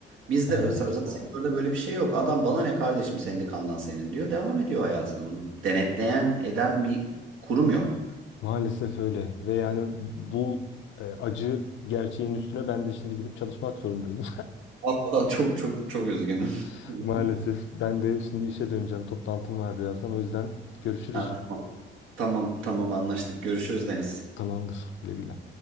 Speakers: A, on the right; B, on the left.
A: Bizde
B: Evet,
A: mesela özel sektörde böyle bir şey yok. Adam bana ne kardeşim sendikandan senin diyor devam ediyor hayatını. Bunu denetleyen eden bir kurum yok.
B: maalesef öyle ve yani bu e, acı gerçeğin üstüne ben de şimdi gidip çalışmak zorundayım.
A: Vallahi çok çok çok üzgünüm.
B: <laughs>
A: <laughs>
B: Maalesef ben de şimdi işe döneceğim. Toplantım var birazdan. O yüzden görüşürüz.
A: Ha, tamam tamam tamam anlaştık görüşürüz Deniz.
B: Tamamdır. Güle güle.